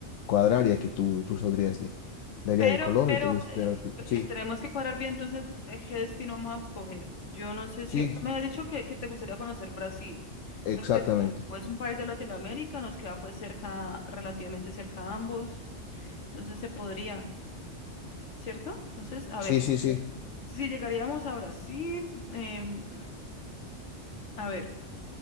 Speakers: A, on the left; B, on the left.
A: cuadrar, ya que tú, tú saldrías de, de allá
B: Pero,
A: de Colombia
B: pero
A: y te...
B: eh, eh,
A: Sí,
B: tenemos que cuadrar bien entonces eh, qué destino vamos a escoger. Yo no sé si,
A: sí,
B: tú
A: sí,
B: me has dicho que, que te gustaría conocer Brasil.
A: exactamente.
B: No sé, como es un país de Latinoamérica, nos queda pues cerca, relativamente cerca a ambos, entonces se podría, ¿cierto? Entonces, a
A: Sí,
B: ver,
A: sí, sí,
B: si llegaríamos a Brasil, em, a ver,